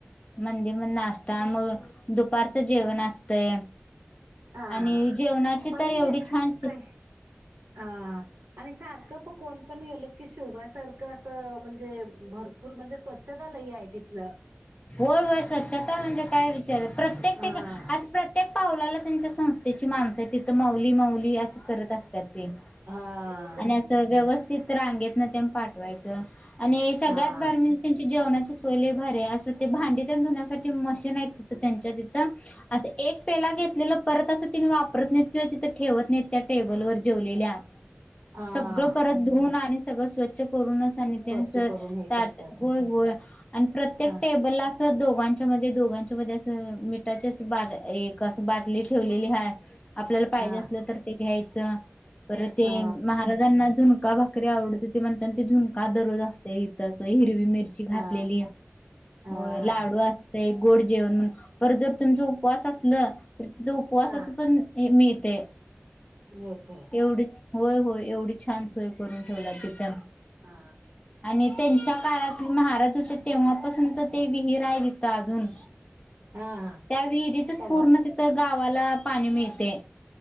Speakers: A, on the left; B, on the right.
A: मंदिर मध्ये नाश्ता, मग दु जेवण असतं
B: हा
A: आणि
B: हा
A: जेवणाची
B: पण
A: तर एवढी छान
B: काय हा आणि सारखं पकवान कोण पण गेलत की शेवगा सारखं असं म्हणजे भरपूर भरपूर म्हणजे स्वच्छता लय आहे तिथं
A: होय, होय स्वच्छता म्हणजे काय विचार, प्रत्येक
B: हा
A: ठिकाणी आज प्रत्येक पावलाला त्यांच्या संस्थेची माणसं आहे तिथं माऊली माऊली अस करत असतात ते
B: हा
A: आणि असं व्यवस्थित रांगेतन तेन पाठवायचं. आणि सगळ्यात
B: हा.
A: भारी म्हणजे त्यांची जेवणाची सोय लय भारी आहे. असं ते भांडीतेन धुण्यासाठी मशीन आहेत. त्यांच्या तिथ अस एक पेला घेतलेला परत अस ती वापरत नाहीत. तिथ ठेवत नाही त्या टेबलवर जेवलेल्या
B: हा
A: सगळं परत ससळ स्वच्छ करूनच ताट
B: स्वच्छ करून हे
A: आणि
B: करतात
A: होय होय आणि प्रत्येक
B: हा
A: ला असं दोघांच्या मध्ये दोघांच्या मध्ये असं मिठाची अस बाट एक असं बाटली ठेवलेली आहे. आपल्याला पाहिजे
B: हा
A: असलं तर ते घ्यायचं, परत ते
B: हा
A: महाराजांना अजून झुणका भाकरी आवडत होती म्हणुन तिथ झुणका दररोज असतोय. तिथ हिरवी मिरची घातलेली.
B: हा हा
A: हो
B: हा
A: लाडू असतोय. गोड जेवण म्हणुन परत जर तुमचा उपवास असला तर तिथं उपवासाच
B: हा
A: पण मिळतय.
B: मिळतय.
A: एवढी होय होय एवढी छान सोय करून ठेवलीया तिथं
B: हा
A: आणि त्यांच्या काळात महाराज होते. तेव्हापासूनच ते विहीर आहे तिथ अजून
B: हा
A: त्या विहिरीचच
B: तवा
A: पूर्ण तिथं गावाला पाणी मिळते.